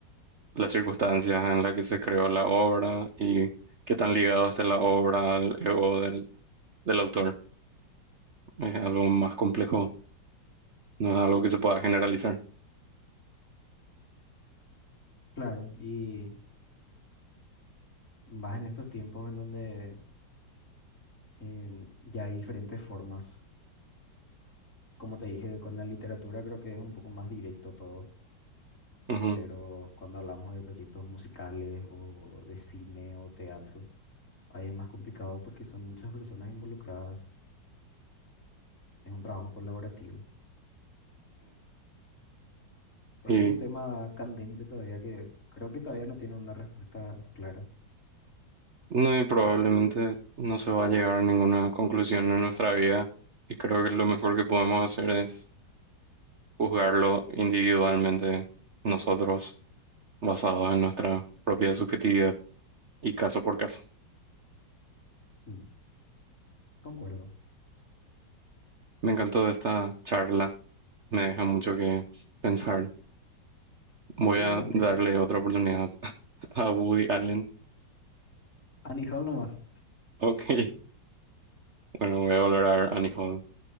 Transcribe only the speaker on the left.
Claro, y más en estos tiempos en donde em, ya hay diferentes formas. Como te dije, con la literatura creo que es un poco más directo todo,
pero cuando hablamos de proyectos musicales o de cine o teatro, ahí es más complicado porque son muchas personas involucradas, es un trabajo colaborativo, pero
es un tema candente todavía que creo que todavía no tiene una respuesta clara.
Mm, concuerdo.
Igualmente,
anijal nomás.